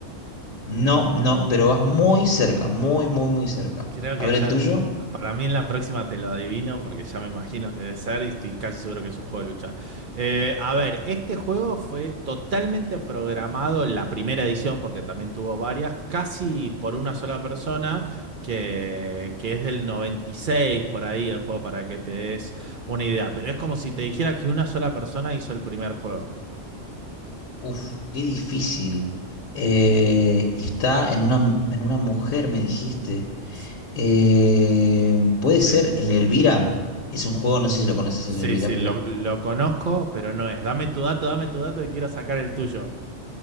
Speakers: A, on the left (about 70°); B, on the right (about 50°).
A: No, no, pero vas muy cerca, muy, muy, muy cerca.
B: Creo
A: A
B: que
A: ver,
B: ya,
A: el tuyo.
B: para mí en la próxima te lo adivino porque ya me imagino que debe ser y estoy casi seguro que es un juego de lucha. Eh, a ver, este juego fue totalmente programado en la primera edición, porque también tuvo varias, casi por una sola persona, que, que es del 96 por ahí el juego para que te des una idea. Pero es como si te dijera que una sola persona hizo el primer juego.
A: Uf, qué difícil. Eh, y está en una, mu- en una mujer, me dijiste.
B: S-
A: Eh, ¿puede
B: Sí,
A: ser el Elvira? Es un juego, no sé si lo conoces,
B: sí,
A: el Elvira,
B: sí,
A: pero...
B: lo, lo conozco, pero no es. Dame tu dato, dame tu dato y quiero sacar el tuyo.